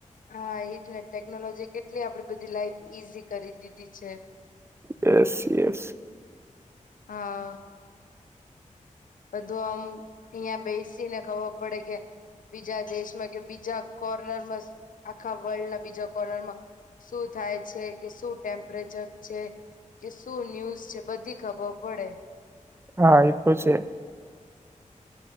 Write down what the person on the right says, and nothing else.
યસ યસ.
હા એ તો છે.